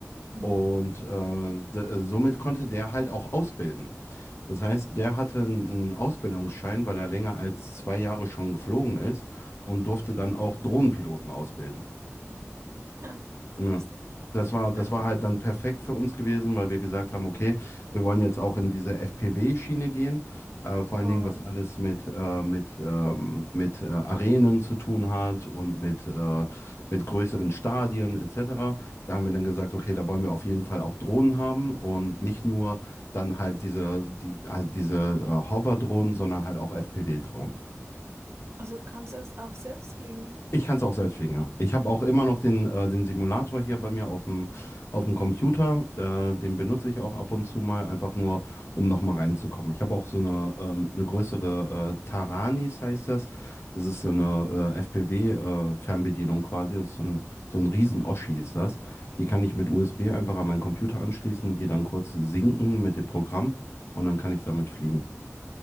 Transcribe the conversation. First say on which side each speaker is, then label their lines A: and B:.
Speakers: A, on the right; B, on the left.
A: Mhm.
B: Und äh, d- somit konnte der halt auch ausbilden. Das heißt, der hatte einen Ausbildungsschein, weil er länger als zwei Jahre schon geflogen ist und durfte dann auch Drohnenpiloten ausbilden.
A: Ha, <laughs>
B: Ja.
A: lustig.
B: Das war, das
A: Ja.
B: war halt dann perfekt für uns gewesen, weil wir gesagt haben, okay, wir wollen jetzt auch in diese FPW-Schiene gehen. Äh, vor
A: Oh.
B: allen Dingen, was alles mit, äh, mit, ähm, mit äh, Arenen zu tun hat und mit, äh, mit größeren Stadien etc. Da haben wir dann gesagt, okay, da wollen wir auf jeden Fall auch Drohnen haben und nicht nur dann halt diese, die, halt diese äh, Hover-Drohnen, sondern halt auch FPV-Drohnen.
A: Also kannst du das auch selbst fliegen?
B: Ich kann es auch selbst fliegen, ja. Ich habe auch immer noch den, äh, den Simulator hier bei mir auf dem, auf dem Computer. Äh, den benutze ich auch ab und zu mal, einfach nur, um nochmal reinzukommen. Ich habe auch so eine, ähm, eine größere äh, Taranis, heißt das. Das ist so eine äh, FPV-Fernbedienung quasi. Das ist so ein, so ein Riesen-Oschi ist das. Die kann ich mit USB einfach an meinen Computer anschließen, die dann kurz sinken mit dem Programm und dann kann ich damit fliegen.